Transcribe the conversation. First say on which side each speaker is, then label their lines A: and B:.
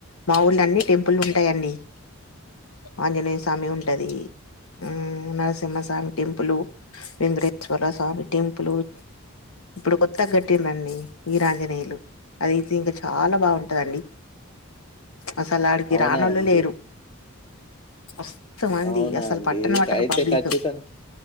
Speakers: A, on the left (about 85°); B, on the left (about 25°).
A: మా ఊళ్ళ అన్ని టెంపుల్ ఉంటాయిండి ఆంజనేయ స్వామి ఉంటది ఆ నరసింహస్వామి టెంపులు వెంకటేశ్వర స్వామి టెంపులు ఇప్పుడు కొత్త కాటారండి వీరాంజనేయులు అదియితే ఇంకా చాలా బాగుంటందండి అసలు ఆడికి
B: అవునా
A: రానోళ్ళు
B: అండి?
A: లేరు మస్తు మంది
B: అవునా
A: అసలు
B: అండి?
A: పట్టనే పట్టారు
B: అయితే
A: పబ్లిక్
B: ఖచ్చితంగా